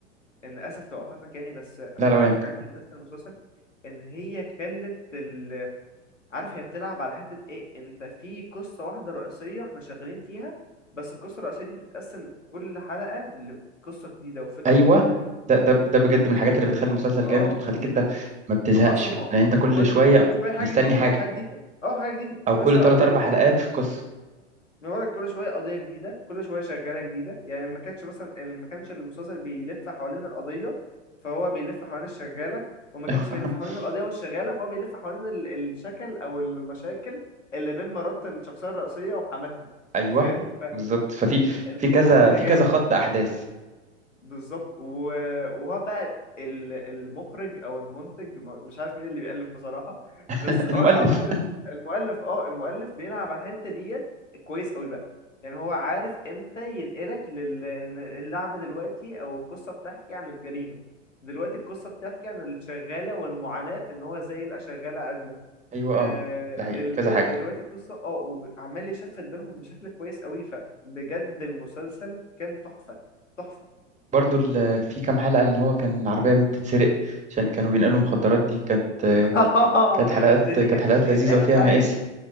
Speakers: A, on the left; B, on the right.
A: ان اسف لو قطعتك يعني بس
B: لا
A: من
B: لا ولا
A: اكتر
B: يمكن
A: الحاجات اللي ميزت المسلسل ان هي خلت ال... عارف هي بتلعب على حتة ايه انت في قصة واحدة رئيسية احنا شغالين فيها بس القصة الرئيسية دي بتتقسم كل حلقة لقصة جديدة وفكرة
B: ايوه
A: جديدة
B: ده ده
A: و
B: ده بجد من الحاجات اللي بتخلي المسلسل
A: اه
B: جامد وبتخليك انت ما بتزهقش
A: عظمة
B: لان انت كل
A: كل
B: شوية
A: كل شوية حاجة
B: مستني
A: جديدة
B: حاجة
A: حاجة جديدة اه حاجة جديدة
B: او كل
A: كل شوية
B: ثلاث
A: قضية
B: اربع
A: جديدة
B: حلقات في قصه
A: بنورك كل شويه قضيه جديده كل شويه شغاله جديده يعني ما كانتش مثلا ما كانش المسلسل بيلف حوالين القضيه فهو بيلف حوالين الشغاله وما
B: <laughs>
A: كانش بيلف حوالين القضيه والشغاله فهو بيلف حوالين ال- الشكل او المشاكل اللي بين مرات الشخصيه الرئيسيه وحماتها
B: ايوه
A: فاهمني
B: بالظبط ففي
A: فالحوار
B: في كذا
A: ده
B: في
A: جامد
B: كذا خط احداث
A: بالظبط و- وهو بقى ال- المخرج او المنتج م- مش عارف مين اللي بيألف بصراحة
B: <laughs>
A: بس اه
B: المؤلف
A: اعتقد ال- المؤلف اه المؤلف بيلعب على الحتة ديت كويس قوي بقى يعني هو عارف امتى ينقلك لل إن اللعبة دلوقتي او القصة بتحكي عن الجريمة دلوقتي القصة بتحكي عن الشغالة والمعاناة في ان هو ازاي يلقى شغالة عادلة
B: ايوه
A: آه،
B: اه ده حقيقي
A: ال-
B: كذا
A: ال-
B: حاجه
A: دلوقتي القصة اه وعمال يشفت بينهم بشكل كويس قوي فبجد المسلسل كان تحفة تحفة
B: برضو ال- في كام حلقه اللي هو كان العربيه بتتسرق عشان كانوا بينقلوا مخدرات دي كانت
A: <laughs>
B: كانت حلقات
A: ده دي
B: كانت
A: كانت
B: حلقات
A: دي
B: لذيذه
A: كانت اخر
B: وفيها
A: حاجه
B: مآسي